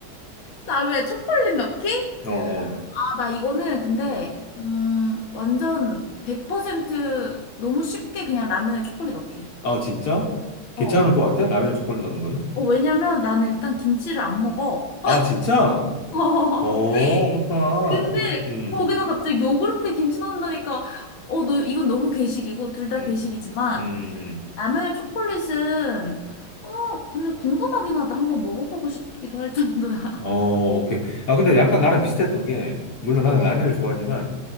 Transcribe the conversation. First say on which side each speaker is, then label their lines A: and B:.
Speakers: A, on the left; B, on the left.
A: 나왜 초콜릿 넣기?
B: 어, 어,
A: 아, 나 이거는 근데,
B: 음.
A: 음, 완전 100% 너무 쉽게 그냥 라면에 초콜릿 넣기.
B: 아, 진짜? 괜찮을
A: 어.
B: 것 같아? 라면에 초콜릿 넣는 거는?
A: 어, 왜냐면 나는
B: 음.
A: 일단 김치를 안 먹어.
B: 아, 진짜?
A: <laughs>
B: 어, 그렇구나.
A: 근데
B: 그럼, 음,
A: 거기다 갑자기 요구르트에 김치 넣는다니까 어 너 이건 너무 괴식이고 둘 다
B: 음,
A: 괴식이지만
B: 음, 음.
A: 라면에 초콜릿은 어 근데 궁금하긴 하다 한번 먹어보고 싶기도 할 정도야
B: 어, 오케이. 아, 근데 약간 나랑 비슷했던 게, 물론 나는
A: <laughs> 어
B: 라면을 좋아하지만,